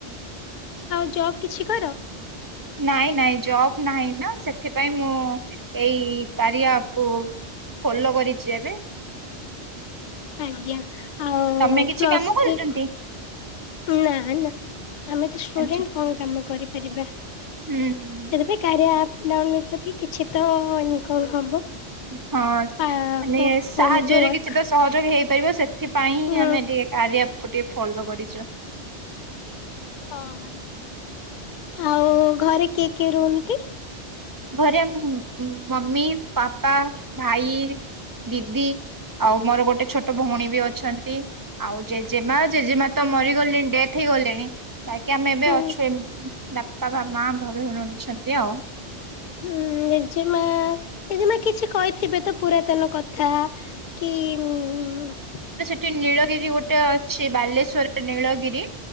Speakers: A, on the left; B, on the right.
A: ଆଉ ଜବ୍ କିଛି କର?
B: ନାଇଁ ନାଇଁ ଜବ ନାହିଁ ନା, ସେଥିପାଇଁ ମୁଁ ଏଇ କାରିଆ ଆପକୁ ଫୋଲ କରିଛି ଏବେ।
A: ଆଜ୍ଞା, ଆଉ
B: ତମେ କିଛି
A: ପ୍ଲସଥ୍ରି
B: କାମ କରୁଛନ୍ତି
A: କୁ ନା ନା ଆମେ ତ ଷ୍ଟୁଡେଣ୍ଟ
B: ଆଚ୍ଛା
A: କଣ କାମ କରିପାରିବା?
B: ହୁଁ ହୁଁ।
A: ଏବେତ କରିଆ ଆପ ଡାଉନଲୋଡ କରିକି କିଛି ତ ଇନକମ୍ ହବ।
B: ହଁ ମାନେ
A: ଆ ହୋ
B: ସାହାଯ୍ୟରେ
A: ହୋମ ଟୁ ୱାର୍କ
B: କିଛି ତ ସହଯୋଗ ହେଇପାରିବ, ସେ ଏଥିପାଇଁ
A: ଉଁ
B: ହିଁ ଆମେ ଟିକେ କାରିଆକୁ ଟିକେ ଫଲୋ କରିଛୁ।
A: ଓହୋ ଆଉ ଘରେ କିଏ କିଏ ରୁହନ୍ତି?
B: ଘରେ ମମି, ପାପା, ଭାଇ। ଦିଦି ଆଉ ମୋର ଗୋଟେ ଛୋଟ ଭଉଣୀ ବି ଅଛନ୍ତି। ଆଉ ଜେଜେମା ଜେଜେମା ତ ମରିଗଲେଣି ଡେଥ ହେଇଗଲେଣି। କି ଆମେ ଏବେ
A: ହୁଁ
B: ଅଛୁ, ଏ ବାପା ବା ମା ଭବେ ରହୁଛନ୍ତି ଆଉ।
A: ହୁଁ ଜେଜେମା, ଜେଜେଜମା କିଛି କହିଥିବେ ତ ପୁରାତନ କଥା। କଥା କି ମୁ
B: ଗୋଟେ ନୀଳଗିରି ଗୋଟେ ଅଛି ବାଲେଶ୍ଵର ନୀଳଗିରି।